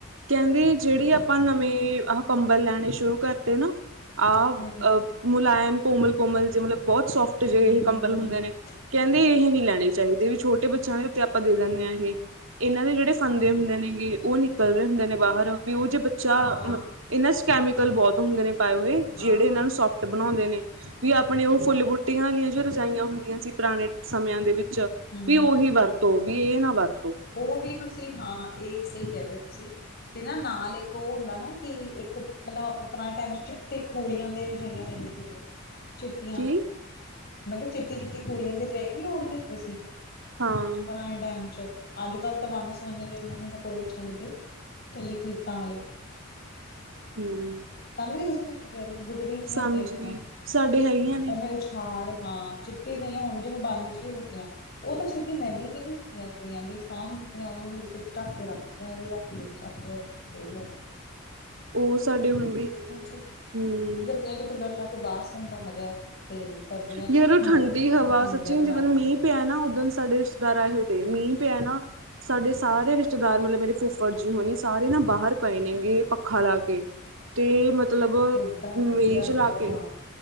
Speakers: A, on the right (about 65°); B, on the left (about 50°).
A: ਕੇੰਦੀ ਜੇੜੀ ਆਪਾਂ ਨਵੇਂ ਆਹ ਕੰਬਲ ਲੈਣੇ ਸ਼ੁਰੂ ਕਰ ਤੇ ਨਾ ਆ
B: ਹੂੰ
A: ਮੁਲਾਇਮ ਕੋਮਲ-ਕੋਮਲ ਜੇ ਮਤਲਬ ਬੋਤ ਸੋਫਟ ਜਹੇ
B: ਹੂੰ ਹੂੰ
A: ਏਹ ਕੰਬਲ
B: ਹੂੰ
A: ਹੁੰਦੇ
B: ਹੂੰ
A: ਨੇ ਕੇੰਦੀ
B: ਹੂੰ
A: ਇਹ ਨੀ ਲੈਣੇ ਚਾਈਦੇ ਵੀ ਛੋਟੇ ਬੱਚਿਆਂ ਦੇ ਉੱਤੇ ਆਪਾਂ ਦੇ ਦਿੰਨੇ ਆ ਏਹ। ਏਨਾਂ ਦੇ ਜੇੜੇ ਫੰਦੇ ਹੁੰਦੇ ਨੇਗੇ ਉਹ ਨਿਕਲ ਜਾਂਦੇ ਨੇ ਬਾਹਰ ਮੂੰਹ ਚ ਬੱਚਾ
B: ਹਾਂ
A: ਇਨਾਂ ਚ ਕੈਮੀਕਲ ਬੋਤ ਹੁੰਦੇ ਨੇ ਪਾਏ ਹੋਏ
B: ਹਾਂ
A: ਜੇੜੇ ਇਹਨਾਂ
B: ਹਾਂ
A: ਨੂੰ ਸੋਫਟ ਬਣਾਉਂਦੇ ਨੇ। ਵੀ ਆਪਣੇ
B: ਸਹੀ
A: ਉਹ
B: ਗੱਲ
A: ਫੁੱਲ, ਬੂਟੀਆਂ
B: ਹੈ
A: ਵਾਲੀਆਂ ਜੋ ਰਜਾਈਆਂ ਹੁੰਦੀਆਂ ਸੀ ਪੁਰਾਣੇ ਸਮਿਆਂ ਦੇ ਵਿੱਚ।
B: ਹੂੰ
A: ਵੀ ਉਹੀ ਵਰਤੋ ਵੀ ਏ ਨਾ ਵਰਤੋ।
B: ਔ ਵੀ ਤੁਸੀਂ ਹਾਂ ਏ ਸਈ ਕਹਿ ਰਹੇ ਹੋ ਤੁਸੀਂ। ਤੇ ਨਾ ਨਾਲ ਇੱਕ ਉਹ ਹੁੰਦਾ ਨਾ ਕਿ ਇੱਕ ਮਲਬ ਆਪਾਂ ਪੁਰਾਣੇ ਟਾਈਮ ਚ ਚਿੱਟੇ ਖੋਲੀਆਂ ਦੇ ਰਜਾਇਆਂ ਲੈਂਦੇ ਸੀਗੇ। ਚਿੱਟੀਆਂ
A: ਕੀ
B: ਮੈਂ ਕਿਆ ਚਿੱਟੀ-ਚਿੱਟੀ ਖੋਲੀਆਂ ਦੀ ਰਜਾਈਆਂ ਨੀ ਓਡਦੇ ਹੁੰਦੇ ਸੀ।
A: ਹਾਂ।
B: <unintelligible> ਟੈਮ ਚ, ਅੱਜ ਕਲ ਤਾਂ ਵੰਨ ਸਵੰਨੇ ਜੇ ਨਵੇ ਨਕੋਐ ਚੱਲ ਗੇ। ਕਲੀ ਕਰ੍ਰੀਤਾਂ ਆਲੇ।
A: ਹੂੰ।
B: ਸਮਝ ਗੇ ਤੁਸੀਂ ਮੈਂ ਕੀ ਕਹਿ ਰਈ ਗੁਦੜੀ ਜਿਆ
A: ਸਮਝ
B: ਹੁੰਦੀਆਂ ਜਿਵੇਂ
A: ਗਈ ਸਾਡੇ ਹੈਗੀਆਂ ਨੇ
B: ਪਾਵੇ ਉਚ ਖਾੜ ਹਾਂ ਚਿੱਟੀ ਯਇਆ ਹੁਣ ਜੇਵੇ ਬੰਦ ਜਿਹੀ ਹੋ ਗਿਆ। ਉਹ ਤਾਂ ਛੇਤੀ ਮੇਲੀ ਵੀ ਨੀ ਹੁੰਦੀਆਂ ਸੀਗੀਆਂ ਵੀ ਸਾਂਭ ਦਿੱਤੀਆਂ ਉਹ ਡੂਕ ਢਕ ਕੇ ਰਖ ਤਿਆ ੳਵੇ ਰਾਤੀ ਚੱਕ ਲੋ। <unintelligible>
A: ਉਹ ਸਾਡੇ ਹੁਣ ਵੀ ਹੈਗੀਆਂ ਨੇ,
B: ਚ
A: ਹੂੰ।
B: ਗਰਮੀਆਂ ਚ ਕੂਲਰ ਲਾ ਕੇ ਬਾਰ ਸੋਨ ਦਾ ਮਜ਼ਾ ਤੇ ਸਰਦੀਆਂ ਚ
A: ਯਾਰ ਉਹ ਠੰਡੀ ਹਵਾ
B: ਅੰਦਰ
A: ਸੱਚੀ
B: ਲਾ
A: ਜਿੱਦਣ ਮੀਂਹ
B: ਕੇ।
A: ਪਿਆ ਨਾ ਉਦਨ ਸਾਡੇ ਰਿਸ਼ਤੇਦਾਰ ਆਏ ਹੋਏ ਦੇ ਮੀਂਹ ਪਿਆ ਨਾ। ਸਾਡੇ ਸਾਰੇ ਰਿਸ਼ਤੇਦਾਰ ਮਲਬ ਮੇਰੇ ਫੁੱਫੜ ਜੀ ਹੋਣੀ ਸਾਰੇ ਨਾ ਬਾਹਰ ਪਏ ਨੇਗੇ ਪੱਖਾ ਲਾ ਕੇ। ਤੇ ਮਤਲਬ
B: ਏਡਾ
A: ਮੀ
B: ਵਧੀਆ
A: ਚਲਾ
B: ਲੱਗਿਆ ਹੋਣਾ
A: ਕੇ